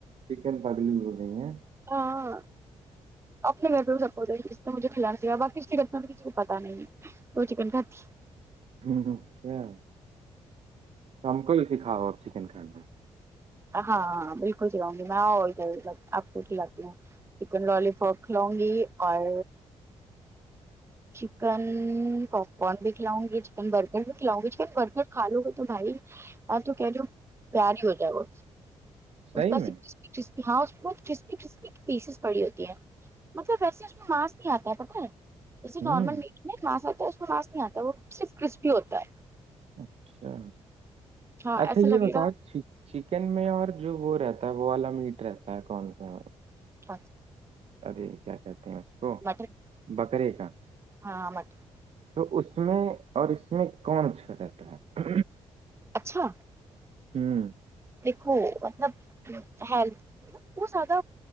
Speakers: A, on the right; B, on the right.
A: چکن پگلی ہو گئی ہے
B: ہاں اپنے گھر پہ وہ سپٹ نے مجھے کھلانا چاہیا باقیت میں کسی کو پتہ نہیں ہے وہ چکن کا تھی
A: ہ اچھا تو ہم کوئی سکھاؤ آ چکن کھان میں
B: ہاں ہاں بالکل سلاؤں گی میں آؤ ادھر آپ کو کلاتی ہوں چکن لوی پاپ کھلؤں گی اور چکن پاپ کن بھی کھلاؤں گی چکن برگر بھی کھلاؤں گی چکن برگر خا لو گ تو بھائی آ تو کہ ل پیاری ہو جائےؤ
A: صحیح
B: اس پاسپ
A: میں
B: کرسپی ہاں بہت کرسپی کرسپی کی پیسز پڑی ہوتی ہے مطلب ویسے اس میں ماس نہیں آتا ہے پتہ ہے جیسے
A: ہوں
B: نارمل میٹ میں ماس آتا ہے اس کو ماس نہیں آتا وہ صرف کرسپی ہوتا ہے
A: اچھا
B: ہاں
A: اچھا
B: ایسا
A: یہ
B: لگے
A: بتا
B: گا
A: ھیک چکن میں اور جو وہ رہتا ہے وہ والا میٹ رہتا ہے کون سا
B: اچھا
A: ارے کیا کہتے ہیں اس کو
B: مٹن
A: بکرے کا
B: ہاں مٹن
A: تو اس میں اور اس میں کون چھا رہتا ہے
B: اچھا
A: ہوں
B: دیکھو مطلب لھ وہ زیادہ